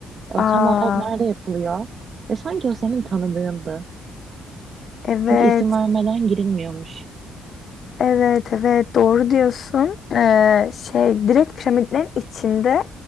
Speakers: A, on the right (about 50°); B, on the left (about 55°).
A: E, o
B: Aa
A: tam olarak nerede yapılıyor? Ve sanki o senin tanıdığındı.
B: evet
A: Çünkü isim vermeden girilmiyormuş.
B: evet evet doğru diyorsun. Ee, şey direkt piramitlerin içinde